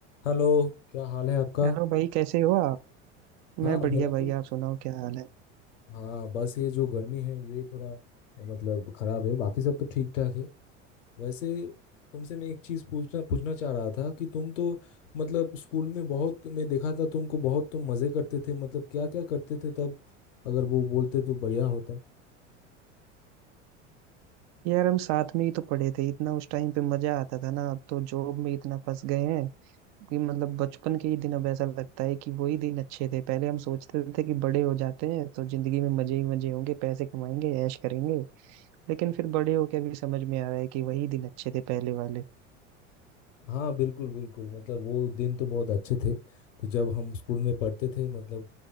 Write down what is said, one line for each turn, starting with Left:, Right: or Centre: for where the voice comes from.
Left: Hello क्या हाल है आपका
Right: Hello भाई कैसे हो आप
Left: हाँ
Right: मैं बढ़िया
Left: मेरा
Right: भाई
Left: तो
Right: आप सुनाओ क्या हाल है
Left: हाँ बस ये जो गर्मी है ये थोड़ा मतलब खराब है बाकी सब तो ठीक ठाक है वैसे तुमसे मैं एक चीज पूछना पूछना चाह रहा था कि तुम तो मतलब स्कूल में बहुत मैं देखा था तुमको बहुत तुम मजे करते थे मतलब क्या क्या करते थे तब अगर वो बोलते तो बढ़िया होता
Right: यार हम साथ में ही तो पढ़े थे इतना उस टाइम पे मजा आता था ना अब तो जॉब में इतना फंस गए हैं कि मतलब बचपन के ही दिन अब ऐसा लगता है कि वही दिन अच्छे थे पहले हम सोचते थे कि बड़े हो जाते हैं तो जिंदगी में मजे ही मजे होंगे पैसे कमाएंगे ऐश करेंगे लेकिन फिर बड़े होके अभी समझ में आ रहा है कि वही दिन अच्छे थे पहले वाले
Left: हाँ बिल्कुल बिल्कुल मतलब वो दिन तो बहुत अच्छे थे तो जब हम स्कूल में पढ़ते थे मतलब